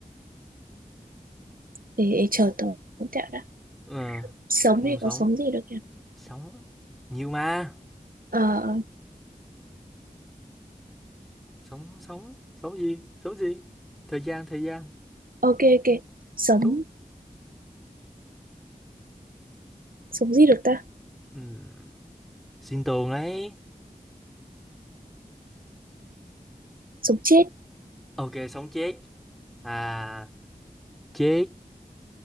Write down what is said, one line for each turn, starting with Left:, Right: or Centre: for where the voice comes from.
Right: để, để chờ tớ tẹo đã
Centre: ờ
Right: sống
Centre: nguồn
Right: thì
Centre: sống
Right: có sống gì được nhỉ
Centre: sống nhiều mà
Right: Ờ ờ.
Centre: sống sống sống gì sống gì thời gian thời gian
Right: ok ok sống
Centre: thú
Right: sống gì được ta
Centre: Ừm, sinh tồn ấy
Right: sống chết
Centre: ok sống chết à chết